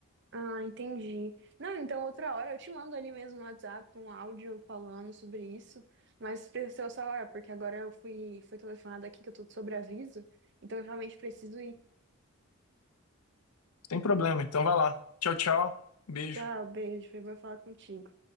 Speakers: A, on the right; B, on the left.
A: Ah, entendi. Não, então outra hora eu te mando ali mesmo no WhatsApp um áudio falando sobre isso, mas precisa só hora, porque agora eu fui, fui telefonada aqui que eu tô de sobreaviso, então eu realmente preciso ir.
B: Sem problema, então vai lá. Tchau, tchau. Beijo.
A: Tchau, beijo, foi bom falar contigo.